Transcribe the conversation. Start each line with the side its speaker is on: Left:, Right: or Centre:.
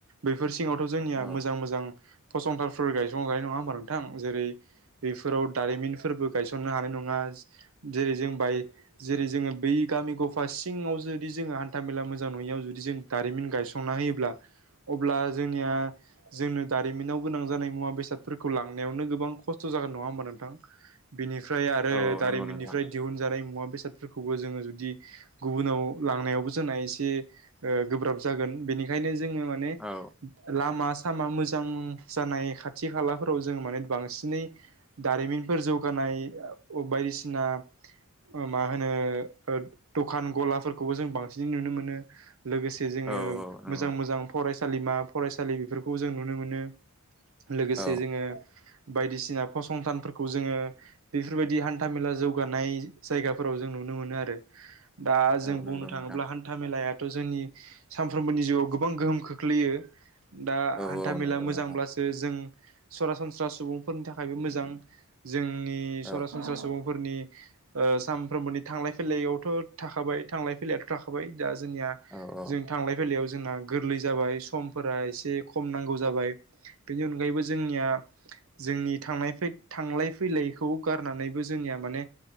Right: बैफोर सि सिङावथ' जोंनिया
Centre: औ
Right: मोजां मोजां फसंथानफोर गायसं जायो नङा होमबा नोंथां जेरै बेफोराव दारिमिनफोरबो गायसननो हानाय नङा जेरै जों बाय जेरै जोङो बै गामि गफा सिङाव जो दि जोङो हान्था मेला मोजां नङैयाव जुदि जों दारिमिन गायसंना होयोब्ला अब्ला जोंनिया जोंनो दारिमिनाव गोनां जानाय मुवा बेसादफोरखौ लांनायावनो गोबां खस्थ' जागोन नङा होमबा नोंथां? बेनिफ्राय आरो
Centre: औ
Right: दारिमिननिफ्राय
Centre: नंगौ नोंथां
Right: दिहुनजानाय मुवा बेसाद सादफोरखौबो जोङो जुदि गुबुनाव लांनायावबो जोंना एसे ओ गोब्राब जागोन बेनिखायनो जोंङो माने
Centre: औ
Right: लामा सामा मोजां जानाय खाथि खालाफोराव जोंङो माने बांसिनै दारिमिनफोर जौगा नाय बायदिसिना, ओ मा होनो ओ दखान गलाफोरखौबो जों बांसिन नुनो मोनो। लोगोसे जोङो
Centre: औ औ नंगौ
Right: मोजां मोजां फरायसालिमा फरायसालि बेफोरखौ जों नुनो मोनो। लोगोसे
Centre: औ
Right: जोङो बायदिसिना फसंथानफोरखौ जोङो बेफोरबायदि हान था मेला जौगानाय जायगाफोराव जों नुनो मोनो आरो दा जों
Centre: औ
Right: बुंनो
Centre: नंगौ
Right: थाङोब्ला
Centre: नोंथां
Right: हान्था मेलाया थ' जोंनि सानफ्रोमबोनि जिउआव गोबां गोहोम खोख्लैयो। दा
Centre: औ
Right: हान्था
Centre: औ
Right: मेला
Centre: नंगौ
Right: मोजांब्लासो
Centre: नोंथां
Right: जों, सरासनस्रा सुबुंफोरनि थाखायबो मोजां जोंनि सरासनस्रा
Centre: औ
Right: सुबुंफोरनि ओ सानफ्रोमबोनि थांलाय फैलायावथ' थाखाबाय थांलाय फैलायाथ' थाखाबाय, दा जोंनिया
Centre: औ औ
Right: जों थांलाय फैलायाव जोंना गोरलै जाबाय समफोरा एसे खम नांगौ जाबाय बेनि अनगायैबो जोंनिया, जोंनि थांनाय फै थांलाय फैलायखौ गारनानै जोंनिया माने